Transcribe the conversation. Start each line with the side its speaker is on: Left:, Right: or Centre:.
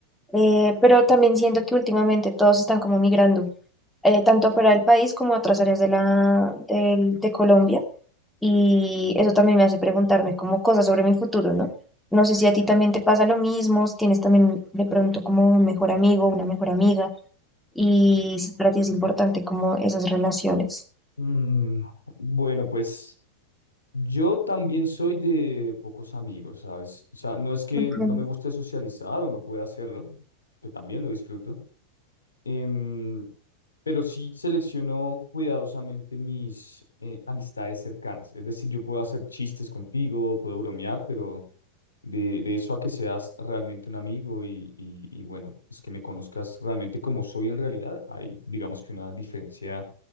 Centre: Eh, pero también siento que últimamente todos están como migrando, eh, tanto fuera del país como a otras áreas de la, del- de Colombia. Y eso también me hace preguntarme como cosas sobre mi futuro, ¿no? No sé si a ti también te pasa lo mismo, si tienes también de pronto como un mejor amigo, una mejor amiga y si para ti es importante como esas relaciones.
Left: Mm, bueno, pues yo también soy de pocos amigos, ¿sabes? O sea, no es que
Centre: Ujú,
Left: no me guste socializar o no pueda hacerlo, que también lo disfruto, em, pero sí selecciono cuidadosamente mis eh, amistades cercanas. Es decir, yo puedo hacer chistes contigo, puedo bromear, pero de, de eso a que seas realmente un amigo y, y, y bueno, es que me conozcas realmente como soy en realidad, hay digamos que una diferencia,